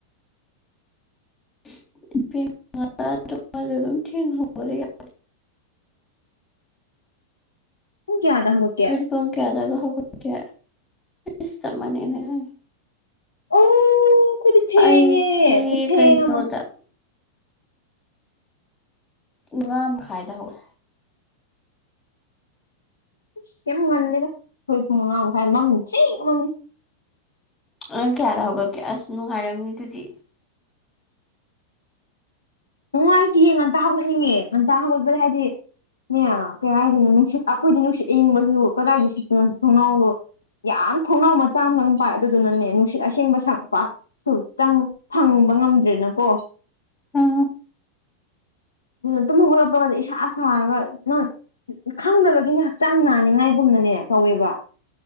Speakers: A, on the left; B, on the left.
A: <unintelligible>
B: ꯄꯨꯡ ꯀꯌꯥꯗ ꯍꯧꯒꯠꯀꯦ
A: ꯅꯣꯏꯗꯤ ꯄꯨꯡ ꯀꯌꯥ ꯑꯗꯥꯏꯗ ꯍꯧꯒꯠꯀꯦ ꯏꯁ ꯆꯞ ꯃꯥꯟꯅꯩ ꯑꯗꯣꯏꯗꯤ
B: ꯑꯣ ꯑꯩꯈꯣꯏꯗꯤ ꯊꯦꯡꯉꯦ
A: ꯑꯩꯗꯤ
B: ꯈꯨꯊꯦꯡ
A: ꯀꯩꯅꯣꯗ
B: ꯑꯃ
A: ꯃꯉꯥ ꯃꯈꯥꯏꯗ ꯍꯧꯋꯦ
B: ꯑꯁ ꯌꯥꯝ ꯉꯜꯂꯤꯗ ꯑꯩꯈꯣꯏ ꯄꯨꯡ ꯃꯉꯥ ꯃꯈꯥꯏ ꯃꯝ ꯊꯤ ꯃꯝꯃꯤ
A: ꯅꯪ ꯀꯌꯥꯗ ꯍꯧꯒꯠꯀꯦ ꯑꯁ ꯅꯨꯡꯉꯥꯏꯔꯝꯅꯤ ꯑꯗꯨꯗꯤ
B: ꯅꯨꯡꯉꯥꯏꯇꯤꯌꯦ ꯉꯟꯇꯥ ꯍꯥꯒꯠꯅꯤꯡꯉꯦ ꯉꯟꯇꯥ ꯍꯥꯒꯠꯄꯗ ꯍꯥꯏꯗꯤ ꯅꯦ ꯀꯩ ꯍꯥꯏꯗꯣꯏꯅꯣ ꯅꯨꯡꯁꯤꯠ ꯑꯩꯈꯣꯏꯗꯤ ꯅꯨꯡꯁꯤꯠ ꯑꯏꯪꯕꯁꯨ ꯀꯗꯥꯏꯗ ꯁꯤꯠꯄꯅꯣꯊꯣꯡꯅꯥꯎ ꯌꯥꯝ ꯊꯣꯡꯅꯥꯎ ꯃꯆꯥ ꯑꯃꯗꯪ ꯄꯥꯏ ꯑꯗꯨꯗꯨꯅꯅꯦ ꯅꯨꯡꯁꯤꯠ ꯑꯁꯦꯡꯕ ꯄꯥꯛꯁꯨ ꯆꯪ ꯐꯪꯕ ꯉꯝꯗ꯭ꯔꯦꯅꯀꯣ
A: ꯎꯝ
B: ꯇꯨꯝ ꯍꯧꯒꯠꯂꯛꯄꯒ ꯏꯁꯥ ꯁꯥꯔꯒ ꯅꯪ ꯈꯪꯗꯅꯕꯒꯤꯅꯦ ꯍꯛꯆꯥꯡ ꯅꯥꯅꯤꯉꯥꯏꯒꯨꯝꯅꯅꯦ ꯇꯧꯋꯦꯕ